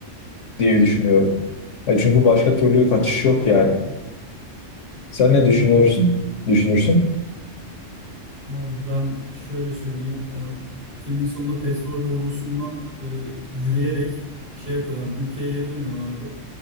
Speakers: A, on the left; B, on the right.
A: diye düşünüyorum. E çünkü başka türlü kaçış yok yani. Sen ne düşünüyorsun? Düşünürsün.
B: Abi ben şöyle söyleyeyim. e, filmin sonunda petrol borusundan e, yürüyerek şey yapıyorlar. Ülkeye geri dönüyorlardı.